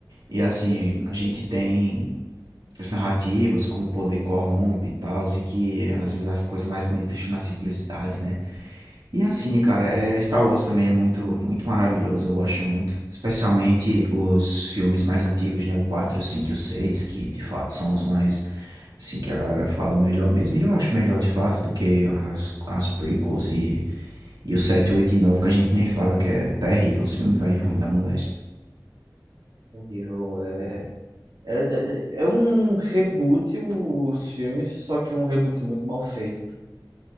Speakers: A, on the right; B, on the right.
A: E assim,
B: Isso.
A: a gente tem as narrativas como o poder corrompe e tal, e que às vezes as coisas mais bonitas estão na simplicidade, né? E assim,
B: Uhum.
A: cara, é, Star Wars também é muito, muito maravilhoso, eu gosto muito. Especialmente os filmes mais antigos, né? O quatro o 5 e o seis que de fato são os mais, assim, que a galera fala melhor mesmo. E eu acho melhor de fato do que as, as prequels e, e o sete 8 e nove que a gente nem fala que é terrível, os filmes vai ruim da mulher.
B: Terrível. É... É, é, é um reboot os filmes, só que um reboot muito mal feito.